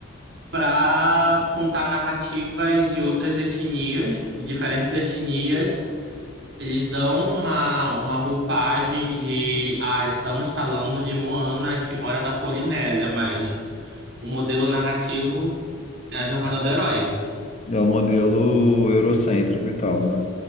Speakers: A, on the right (about 60°); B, on the left (about 35°).
A: para contar narrativas de outras etnias, de diferentes etnias eles dão uma, uma roupagem de, ah, estamos falando de Moana que mora na Polinésia, mas o modelo narrativo é a jornada do herói.
B: É o modelo eurocêntrico e tal, né?